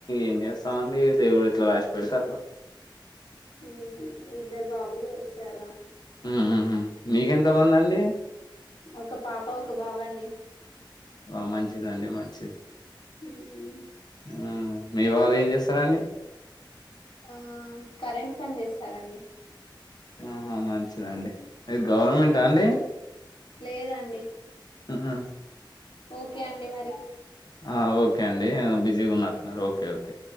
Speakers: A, on the left; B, on the left.
A: ఏం చేస్తాం అండి దేవుడు ఎట్లా రాసి పెడితే అట్లా
B: హ్మ్ ఇద్దరు బాబులు వచ్చారా
A: ఉ హ్మ్ మిక్ ఎంతమంది అండి
B: ఒక్క పాప ఒక్క బాబ్ అండి
A: ఆ మంచిదండి మంచిది
B: మ్మ్.
A: మ్ మీ వారు ఏం చేస్తారాండి
B: ఆ కరెంట్ పని చేస్తారండి
A: ఆహా మంచిదండి ఏది గవర్నమెంటా
B: ఓ
A: అండి
B: లేదండి
A: ఆహా
B: ఓకే అండి మరి
A: ఆ ఓకే అండి ఏమో బిజీగా ఉన్నాట్నరు ఓకే ఓకే